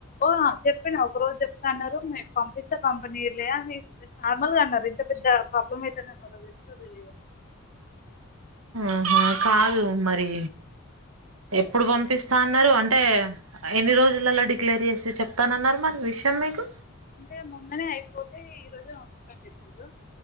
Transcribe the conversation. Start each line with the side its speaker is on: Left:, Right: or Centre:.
Left: ఓహ్ అది చెప్పిండు ఒక రోజు చెప్తా అన్నరు మీరు పంపిస్తే పంపనీలే అని జస్ట్ నార్మల్గా అన్నరు. ఇంత పెద్ద ప్రాబ్లం అయితదనీ వాళ్ళకు తెలుసో తెలీదో.
Right: ఆహా, కాదు మరీ ఎప్పుడు పంపిస్తా అన్నరు? అంటే, ఎన్ని రోజులలో డిక్లేర్ చేసి చెప్తానన్నారు మరి విషయం మీకు?
Left: అంటే మొన్ననే అయిపోతే, ఈ రోజు <unintelligible> అని చెప్పిన్రు.